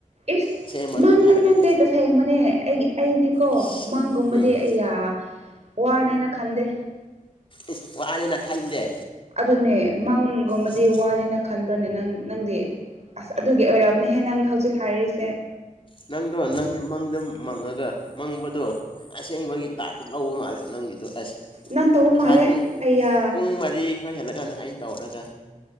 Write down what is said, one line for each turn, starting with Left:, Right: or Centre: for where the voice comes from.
Right: ꯏꯁ
Left: ꯑꯁꯦꯡꯕ
Right: ꯃꯪꯗ
Left: ꯑꯗꯨꯝ ꯍꯥꯏꯔꯛꯑꯦ
Right: ꯅꯠꯇꯦ ꯇꯁꯦꯡꯕꯅꯦ ꯑꯩꯒꯤ ꯑꯩꯗꯤꯀꯣ
Left: ꯏꯁ
Right: ꯃꯥꯡꯒꯨꯝꯕꯗꯤ
Left: ꯎꯝ
Right: ꯑꯩꯌꯥ ꯋꯥ ꯋꯥꯅꯦꯅ ꯈꯟꯗ
Left: ꯏꯁ ꯋꯥꯅꯤꯅ ꯈꯟꯗꯦ
Right: ꯑꯗꯨꯅꯦ ꯃꯪꯒꯨꯝꯕꯗꯤ
Left: ꯏꯁ
Right: ꯋꯥꯅꯤꯅ ꯈꯟꯕ꯭ꯔꯅꯦ ꯅꯪ ꯅꯪꯗꯤ ꯑꯁ ꯑꯗꯨꯒꯤ ꯑꯣꯏꯔꯝꯅꯦꯍꯦ ꯅꯪ ꯍꯧꯖꯤꯛ ꯍꯥꯏꯔꯤꯁꯦ
Left: ꯅꯪꯗꯣ ꯅꯪꯒꯤ ꯃꯪꯗ ꯃꯪꯉꯒ ꯃꯪꯕꯗꯣ ꯑꯁꯦꯡꯕꯒꯤ ꯇꯥꯠꯇꯨ ꯂꯧꯕ ꯃꯥꯜꯂꯦ ꯅꯪꯒꯤꯗꯣ ꯑꯁ
Right: ꯅꯪ ꯇꯧꯕ
Left: ꯉꯁꯥꯏ
Right: ꯃꯥꯜꯂꯦ
Left: ꯄꯨꯡ
Right: ꯑꯩꯌꯥ
Left: ꯄꯨꯡ ꯃꯔꯤ ꯈꯔ ꯍꯦꯜꯂꯒ ꯀꯅ ꯑꯩꯅ ꯇꯧꯔꯒ